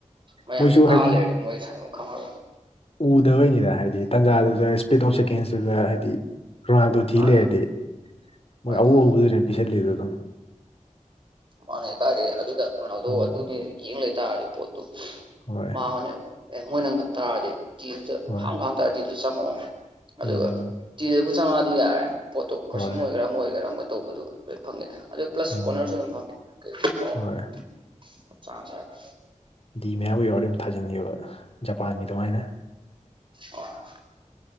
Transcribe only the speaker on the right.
ꯃꯌꯥꯝꯒꯤ
ꯇꯥ
ꯂꯩꯔꯗꯤ ꯃꯣꯏ ꯁꯥꯟꯅꯕꯝ ꯈꯪꯉꯔꯣꯏꯕ
ꯃꯥꯅꯦ
ꯑꯗꯨꯅꯤ
ꯃꯥꯅꯦ ꯀꯥꯏꯗꯩ ꯑꯗꯨꯗ ꯔꯣꯅꯥꯜꯗꯣ
ꯑꯗꯨꯅꯤ ꯌꯦꯡ ꯂꯩꯇꯥꯥꯔꯗꯤ ꯄꯣꯠꯇꯨ
ꯃꯥꯅꯦꯕ ꯑꯦ ꯃꯣꯏꯅ ꯉꯝ ꯇꯥꯔꯗꯤ ꯇꯤꯗꯨꯗ
ꯍꯥꯡꯕꯨ ꯍꯥꯡ ꯇꯥꯔꯗꯤ ꯑꯗꯨ ꯆꯪꯉꯛꯑꯣ ꯑꯗꯨꯒ
ꯆꯤꯗꯕꯨ ꯆꯪꯉꯛꯑꯗꯤ ꯌꯥꯔꯦ ꯄꯣꯠꯇꯨ ꯀ꯭ꯔꯣꯁꯤꯡ
ꯑꯣꯏꯒꯦꯔꯥ ꯑꯃ ꯑꯣꯏꯒꯦꯔꯥ ꯑꯃ ꯇꯧꯕꯗꯨ ꯂꯣꯏ ꯐꯪꯉꯤꯗꯥ ꯑꯗꯨ ꯄ꯭ꯂꯁ
ꯀꯣꯅꯔꯁꯨ ꯑꯗꯨꯝ ꯐꯪ <unintelligible>
ꯆꯥꯛ ꯍꯥꯟ ꯆꯥꯒꯦ
ꯑꯣ